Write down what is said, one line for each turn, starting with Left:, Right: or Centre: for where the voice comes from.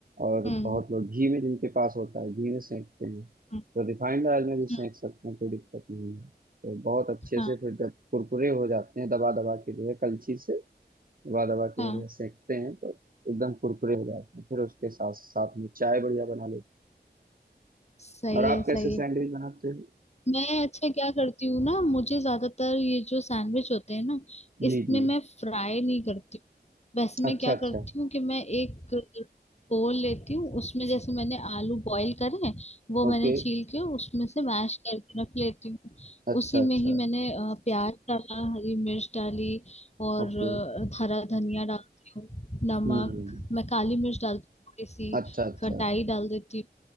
Right: और
Left: हम्म
Right: बहुत लोग घी में जिनके पास होता है घी में सेकते हैं
Left: हम्म
Right: तो रिफाइंड ऑयल में भी
Left: हम्म,
Right: सेक सकते हैं कोई दिक्कत नहीं है तो बहुत अच्छे
Left: हाँ
Right: से फिर जब कुरकुरे हो जाते हैं दबा दबा के जो है कलछी से दबा दबा
Left: हाँ
Right: के बढ़िया सेकते हैं तो एकदम कुरकुरे हो जाते हैं फिर उसके साथ साथ में चाय बढ़िया बना लेते
Left: सही
Right: हैं और
Left: है
Right: आप
Left: सही
Right: कैसे सैंडविच
Left: है
Right: बनाते हो
Left: मैं अच्छा क्या करती हूँ ना मुझे ज्यादातर ये जो सैंडविच होते हैं ना
Right: जी
Left: इसमें
Right: जी
Left: मैं फ्राई नहीं करती वैसे मैं
Right: अच्छा
Left: क्या
Right: अच्छा
Left: करती हूँ कि मैं एक बोल लेती हूँ उसमें जैसे मैंने आलू बॉईल करे हैं, वो
Right: ओके
Left: मैंने छील के उसमें से मैश करके रख लेती हूँ
Right: अच्छा
Left: उसी
Right: अच्छा
Left: में ही मैंने अ, प्याज डाला हरी मिर्च डाली और
Right: ओके
Left: अ, हरा धनिया डालती हूँ नमक
Right: हम्म
Left: मैं काली मिर्च डालती हूँ थोड़ी सी
Right: अच्छा अच्छा
Left: खटाई डाल देती